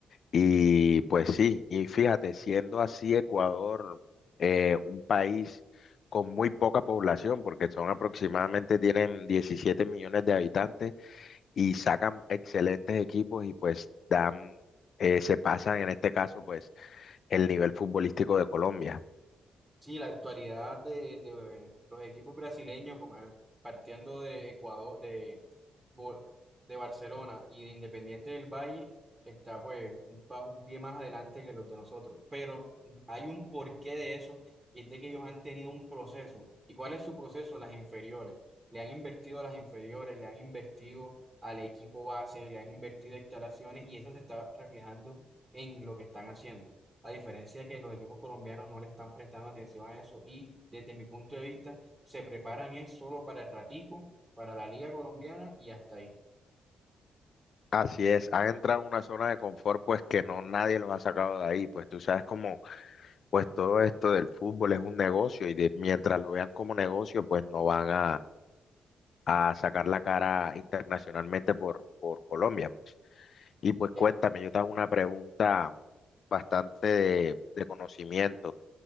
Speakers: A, on the left (about 60°); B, on the right (about 20°).
A: Y pues sí, y fíjate, siendo así Ecuador eh, un país con muy poca población, porque son aproximadamente, tienen 17 millones de habitantes y sacan excelentes equipos y pues dan, eh, se pasan en este caso pues el nivel futbolístico de Colombia.
B: Sí, la actualidad de, de los equipos brasileños, como, ah, partiendo de Ecuador, de, Bo- de Barcelona y de Independiente del Valle, está pues un, pa- un pie más adelante que los de nosotros. Pero mm, hay un porqué de eso, y es de que ellos han tenido un proceso. ¿Y cuál es su proceso? Las inferiores. Le han invertido a las inferiores, le han invertido al equipo base, le han invertido a instalaciones, y eso se está reflejando en lo que están haciendo. A diferencia que los equipos colombianos no le están prestando atención a eso y desde mi punto de vista se preparan es solo para el ratico, para la liga colombiana y hasta ahí.
A: Así es, han entrado en una zona de confort pues que no nadie los ha sacado de ahí, pues tú sabes cómo pues todo esto del fútbol es un negocio y de- mientras lo vean como negocio pues no van a a sacar la cara internacionalmente por, por Colombia. pues. Y pues
B: Eh,
A: cuéntame, yo te hago una pregunta bastante de, de conocimiento.